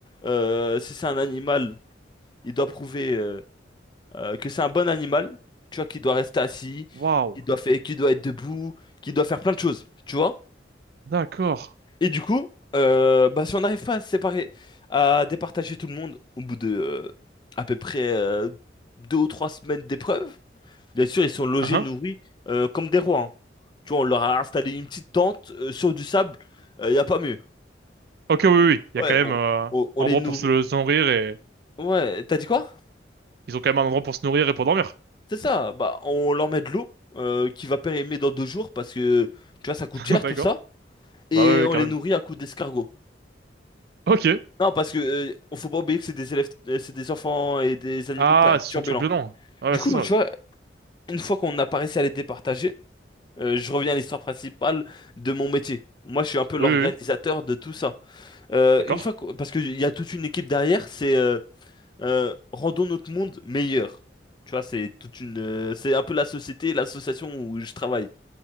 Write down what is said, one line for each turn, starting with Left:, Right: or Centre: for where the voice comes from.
Left: Euh, si c'est un animal, il doit prouver euh, euh, que c'est un bon animal. Tu vois, qu'il doit rester assis,
Right: Waouh,
Left: qu'il doit faire, qu'il doit être debout, qu'il doit faire plein de choses. Tu vois?
Right: d'accord.
Left: Et du coup, euh, bah, si on n'arrive pas à se séparer, à départager tout le monde au bout de euh, à peu près euh, deux ou trois semaines d'épreuve, bien sûr, ils sont logés,
Right: Ah, hein.
Left: nourris euh, comme des rois. hein. Tu vois, on leur a installé une petite tente euh, sur du sable, il n'y a pas mieux.
Right: Ok, oui, oui, oui. il
Left: Ouais,
Right: y a quand même
Left: on,
Right: euh, un
Left: on- on
Right: endroit
Left: les nourrit.
Right: pour se se nourrir et...
Left: Ouais, t'as dit quoi?
Right: Ils ont quand même un endroit pour se nourrir et pour dormir.
Left: C'est ça, bah, on leur met de l'eau euh, qui va périmer dans deux jours parce que, tu vois, ça coûte
Right: <laughs>
Left: cher
Right: D'accord.
Left: tout ça. Et
Right: Bah ouais, ouais,
Left: on
Right: quand
Left: les
Right: même.
Left: nourrit à coups d'escargot.
Right: Ok.
Left: Non, parce que euh, on faut pas oublier que c'est des élèves, euh, c'est des enfants et des animaux
Right: Ah,
Left: per-
Right: ils sont
Left: turbulents.
Right: turbulents. Ouais,
Left: Du
Right: ouais, c'est
Left: coup,
Right: ça,
Left: tu
Right: oui.
Left: vois, une fois qu'on a réussi à les départager, euh, je reviens à l'histoire principale de mon métier. Moi, je suis un peu l'organisateur
Right: Oui, oui, oui.
Left: de tout ça. Euh,
Right: D'accord.
Left: une fois qu'on- parce qu'il y a toute une équipe derrière, c'est euh, euh, rendons notre monde meilleur. Tu vois, c'est toute une, euh, c'est un peu la société, et l'association où je travaille.